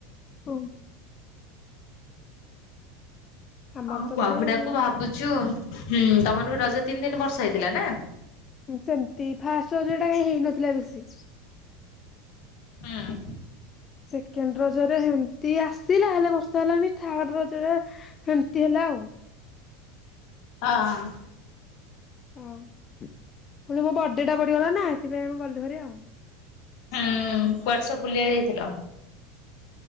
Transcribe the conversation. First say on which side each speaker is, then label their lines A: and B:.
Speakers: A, on the left; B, on the left.
A: ହଉ। ଆମର
B: ଆଉ
A: ତ
B: ବାହୁଡାକୁ
A: ସେଇ ଆଉ
B: ଭାବୁଛୁ ହୁଁ। ତମର ବି ରଜ ତିନି ଦିନ ବର୍ଷା ହେଇଥିଲା ନା?
A: ହୁଁ ସେମତି ଫାଷ୍ଟ ରଜ ଟା କାଇଁ ହେଇନଥିଲା ବେଶୀ।
B: ହଁ।
A: ସେକେଣ୍ଡ ରଜରେ ସେମତି ଆସିଲା ହେଲେ ବର୍ଷା ହେଲାନି। ଥାର୍ଡ ରଜରେ ସେମତି ହେ ଲା ଆଉ।
B: ହଁ ହଁ।
A: ହଉ। ପୁଣି ମୋ ବଡେ ଟା ପଡିଗଲା ନା ସେଥିପାଇଁ ଆମେ ଗଲୁ ଭାରି ଆଉ।
B: ହୁଁ
A: <inaudible>
B: କୁଆଡେ ସବୁ ବୁଲିବାକୁ ଯାଇଥିଲ?